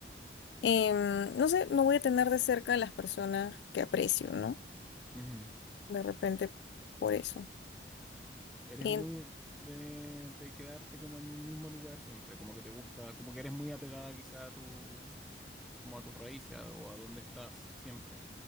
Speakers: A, on the left (about 75°); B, in the centre.
A: em, no sé, no voy a tener de cerca a las personas que aprecio, ¿no?
B: Ujú.
A: De repente por eso.
B: Eres
A: En-
B: muy de, de quedarte como en un mismo lugar siempre, como que te gusta, como que eres muy apegada quizá a tu, como a tus raíces a- o a donde estás siempre,